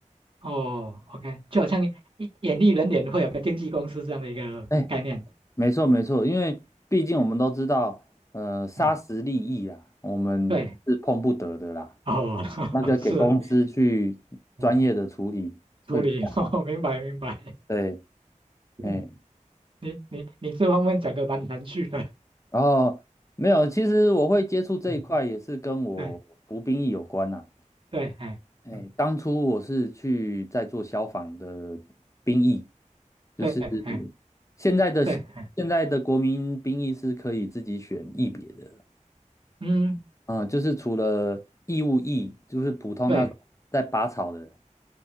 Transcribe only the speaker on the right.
哦，OK，就好像演艺人员会有个经纪公司这样的一个概念，
嗯
嗯
对，哦，
<laughs> 是，嗯，处理，<laughs> 哦，明白明白，
<laughs>
你你你这方面讲的蛮含蓄的，
嗯，对对，哎，
嗯，
对，哎，
对，哎，
嗯，
对，